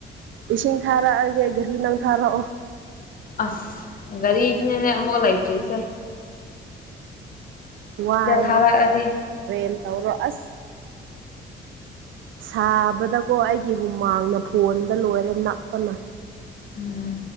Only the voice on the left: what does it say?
ꯑꯁ ꯒꯥꯔꯤ ꯏꯗꯤ ꯅꯅꯦ ꯃꯒꯂꯥꯏꯗ꯭ꯔꯤꯁꯦ
ꯊꯥꯔꯛꯑꯗꯤ
ꯎꯝ